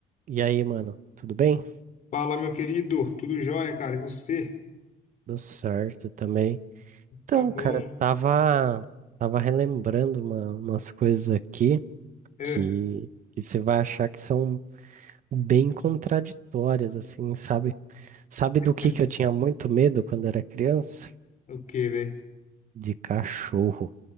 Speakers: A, on the right (about 50°); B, on the left (about 50°).
A: E aí, mano, tudo bem?
B: Fala, meu querido. Tudo jóia, cara? E você?
A: Tudo certo também. Então,
B: Tá bom.
A: cara, tava, tava relembrando uma- umas coisas aqui
B: É.
A: que, que você vai achar que são bem contraditórias, assim, sabe? Sabe do
B: <laughs>
A: que que eu tinha muito medo quando era criança?
B: O quê, velho?
A: De cachorro.